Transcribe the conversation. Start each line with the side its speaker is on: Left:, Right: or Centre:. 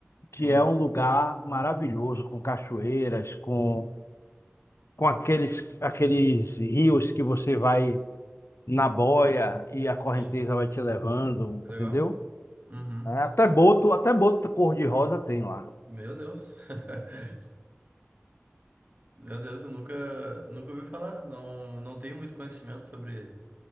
Left: que
Right: Ó,
Left: é um lugar maravilhoso, com cachoeiras, com com aqueles, aqueles rios que você vai na boia e a correnteza
Right: sim,
Left: vai te levando,
Right: que legal.
Left: entendeu?
Right: Uhum.
Left: É, até boto, até boto cor-de-rosa tem lá.
Right: Meu Deus. <laughs> Meu Deus, eu nunca, nunca ouvi falar. Não, não tenho muito conhecimento sobre.